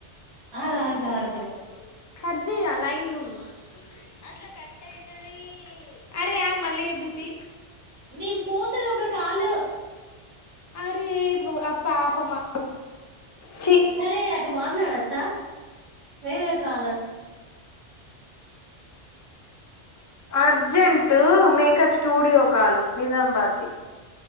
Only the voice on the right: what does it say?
ఆగు
ఆగు
ఆగు
నీ పోతుది ఒక కాలు
సరే అటు మాట్లాడచ్చా వేరే కాలం